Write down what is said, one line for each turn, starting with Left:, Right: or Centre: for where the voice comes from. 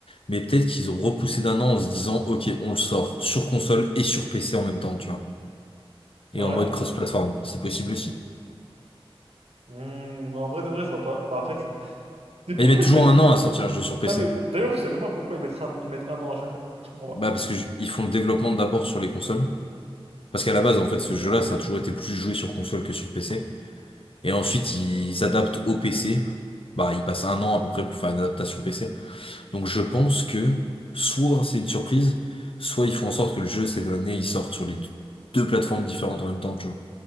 Left: mais peut-être qu'ils ont repoussé d'un an en se disant, OK, on le sort sur console et sur PC en même temps, tu vois.
Right: Ouais.
Left: Et en mode cross-platform, c'est possible aussi.
Right: Hmm, en vrai de vrai, je vois pas. Bon, après, tu me dis... Mais pourquoi
Left: Mais ils mettent
Right: ils
Left: toujours
Right: mettent
Left: un
Right: tout...
Left: an à sortir un jeu sur PC.
Right: Ah, mais d'ailleurs, je sais même pas pourquoi ils mettent un, ils mettent un an à chaque fois. Je comprends
Left: Bah,
Right: pas.
Left: parce que ju- ils font le développement d'abord sur les consoles. Parce qu'à la base, en fait, ce jeu-là, ça a toujours été plus joué sur console que sur PC. Et ensuite, ils s'adaptent au PC. Bah, ils passent un an à peu près pour faire une adaptation PC. Donc je pense que soit c'est une surprise, soit ils font en sorte que le jeu, cette année, il sorte sur les deux deux plateformes différentes en même temps, tu vois.